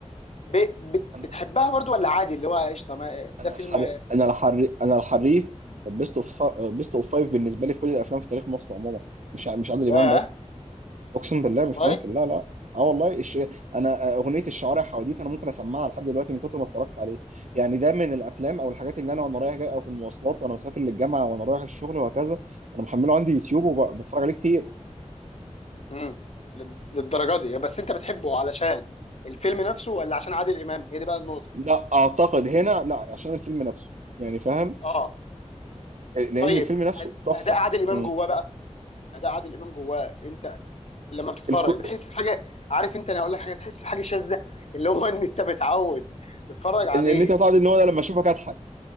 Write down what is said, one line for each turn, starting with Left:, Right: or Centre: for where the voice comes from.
Left: ب- بت-
Right: انا
Left: بتحبها برضو ولا عادي اللي هو قشطه ما-
Right: انا
Left: ده فيلم
Right: الحر انا الحر انا الحريف بيست اوف بيست اوف فايف بالنسبة لي في كل الافلام في تاريخ مصر عموما مش ع- مش عادل
Left: ياه
Right: امام بس اقسم بالله
Left: والله
Right: مش ممكن لا لا اه والله الش... انا آه، اغنيه الشوارع حواديت انا ممكن اسمعها لحد دلوقتي من كتر ما اتفرجت عليه يعني ده من الافلام او الحاجات اللي انا وانا رايح جاي او في المواصلات وانا مسافر للجامعه وانا رايح الشغل وهكذا انا محمله عندي يوتيوب وبتفرج عليه كتير
Left: امم لل- للدرجه دي بس انت بتحبه علشان الفيلم نفسه ولا عشان عادل امام هي دي بقى النقطه
Right: لا اعتقد هنا لا عشان الفيلم نفسه يعني فاهم
Left: اه
Right: لان
Left: طيب
Right: الفيلم نفسه
Left: أد-
Right: تحفه
Left: اداء عادل امام
Right: امم
Left: جواه بقى اداء عادل امام جواه انت لما بتتفرج
Right: الكو...
Left: بتحس بحاجه عارف انت انا هقول لك حاجه بتحس بحاجه شاذه <laughs> اللي هو ان انت متعود تتفرج عليه
Right: ان إن انت هتقعد ان هو أنا لما اشوفك اضحك